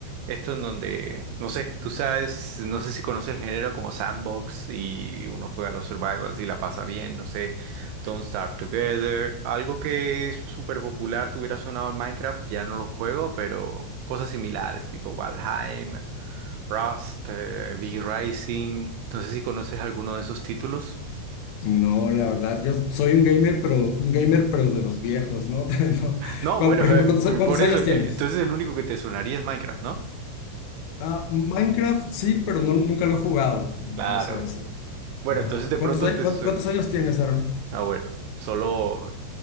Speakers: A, on the right; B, on the left.
A: esto en donde, no sé, tú sabes, no sé si conoces el género como sandbox y uno juega los survivals y la pasa bien, no sé. Don't Starve Together. Algo que es súper popular, te hubiera sonado en Minecraft, ya no lo juego, pero cosas similares, tipo Valheim, Rust, eh, V-Rising. No sé si conoces alguno de esos títulos.
B: No, la verdad, yo soy un gamer, pero un gamer, pero de los viejos, ¿no? <laughs> No.
A: No,
B: Cuan-
A: bueno,
B: Por ejemplo,
A: eh,
B: ¿cuántos, cuántos
A: por eso,
B: años
A: eh,
B: tienes?
A: entonces el único que te sonaría es Minecraft, ¿no?
B: Ah, Minecraft sí, pero no, nunca lo he jugado. No
A: Claro.
B: sé. ese.
A: Bueno,
B: Ajá.
A: entonces de
B: ¿Cuántos,
A: pronto
B: a-
A: te...
B: cuánt-
A: su-
B: cuántos años tienes, Aaron?
A: A ver, solo